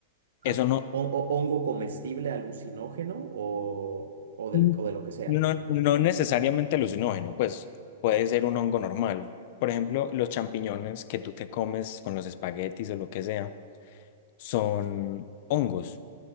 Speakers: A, on the left (about 35°); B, on the right (about 85°).
A: Eso
B: Ah,
A: no,
B: o o hongo comestible alucinógeno o, o,
A: Mm.
B: del, o de lo que sea.
A: no, no necesariamente alucinógeno, pues puede ser un hongo normal. Por ejemplo, los champiñones que tú te comes con los espaguetis o lo que sea son hongos,